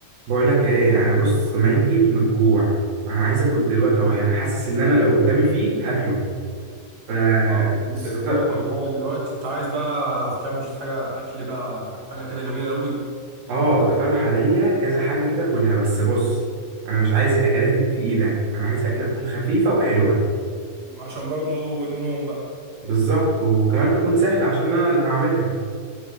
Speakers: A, on the right; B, on the right.
A: بقول لك ايه انا بص ميت من الجوع انا عايز اكل دلوقتي اهو يعني حاسس ان انا لو قدامي فيل هاكله ف
B: اه بس
A: اقت-
B: تاكل حاجه دلوقتي انت عايز بقى تعمل شويه حاجه اكل بقى حاجه كده جميله قوي
A: اه اقترح عليا كذا حاجه كده كلها بس بص انا مش عايز الاكلات التقيله انا عايز اكله تكون خفيفه وحلوه
B: عشان برضو النوم بقى
A: بالظبط وكمان تكون سهله عشان انا اللي هعملها